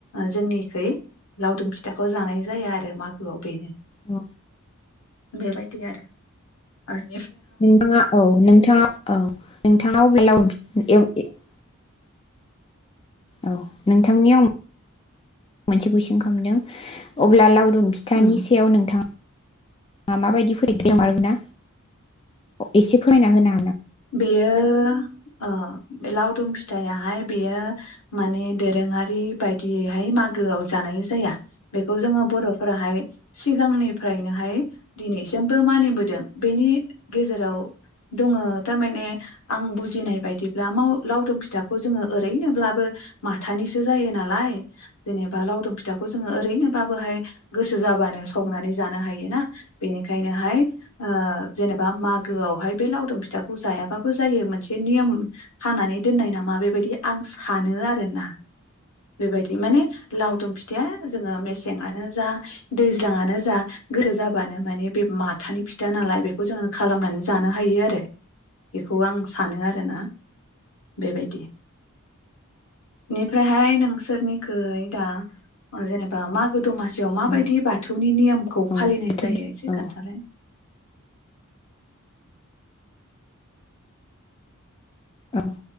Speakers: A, on the left; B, on the left.
A: जोंनिखै लावदुम फिथाखौ जानाय जायो आरो मागोआव बेनो।
B: औ
A: बेबायदि आरो ओइ।
B: नोंथाङा औ नोंथाङा औ नोंथाङा अबे लाबिबलाम <unintelligible> औ नोंथांनियाव मोनसे कुइसन खालामदों अब्ला लाउ। दुम फिथानि
A: उम
B: सायाव नोंथाङा। मा मा <unintelligible> बायदि फरायदों आरो ना एसे फोरमायना होना
A: बेयो। ओ बे लावदुम फिथायाहाय बेयो माने दोरोङारि बायदियैहाय मागोआव जानाय जाया बेखौ जोङो बर'फोराहाय सिगांनिफ्रायनोहाय दिनैसिमबो मानिबोदों बेनि गेजेराव। दङो तारमाने आं बुजिनाय बायदिब्ला माव लावदुम फिथाखौ जोङो ओरैनोब्लाबो माथानिसो जायो नालाय जेनेबा लावदुम फिथाखौ जोङो ओरैनोबोहाय गोसो जाबानो संनानै जानो हायो ना बेनिखायनोहाय जेनेबा मागो आवहाय। बे लावदुम फिथाखौ जायाबाबो जायो मोनसे नियम खानानै दोननाय नामा बेबायदि आं सानो आरो ना बेबायदि माने लावदुम फिथाया जोङो मेसेंआनो जा दैज्लाांआनो गोरो जाबानो माने बे माथानि फिथा नालाय बेखौ जोङो खालामनानै जानो। हायो‌ आरो‌ बेखौ आं सानो‌ आरो ना बेबायदि निफ्रायहाय नोंसोरनिखै‌ दा‌ जेनेबा मागो। दमासियाव माबायदि
B: औ
A: बाथौनि नियमखौ
B: औ
A: फालिनाय जायो एसे
B: औ
A: खोन्थालाय।
B: औ